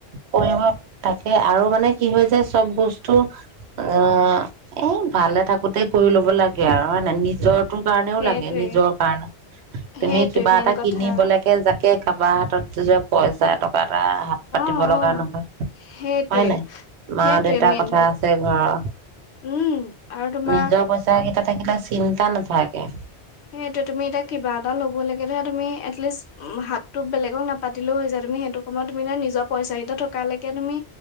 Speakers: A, on the right; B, on the left.
A: পঢ়ি তাকে আৰু মানে কি হয় যাব চব বস্তু অ এ ভালে থাকোতে কৰি ল'ব লাগে আৰু হয়ে নাই নিজটো নিজৰ কাৰণেও
B: সেইটোৱে
A: লাগে নিজৰ কাৰণে তুমি
B: সেইটোৱে
A: কিবা
B: মেইন
A: এটা
B: কথা
A: কিনিবলৈকে জাকে কাবাৰ হাতত যোৱা পইচা টকা এ হাত পাতিব
B: অ অ
A: লগা নহয়
B: সেইটোৱে
A: হয় নাই মা
B: সেইটোৱে
A: দেউতাৰ
B: মেইন
A: কথা আছে ঘৰৰ
B: উম আৰু তোমাৰ
A: নিজৰ পইচা কেইটা থাকিলে চিন্তা নাথাকে
B: হেইটো তুমি এতিয়া কিবা এটা ল'ব লকে ধৰা তুমি এটলিষ্ট হাতো বেলেগক নাপাতিলেও হৈ য তুমি সেইটো সময়ত তুমি নিজৰ পইচা কিতটা থকালৈকে তুমি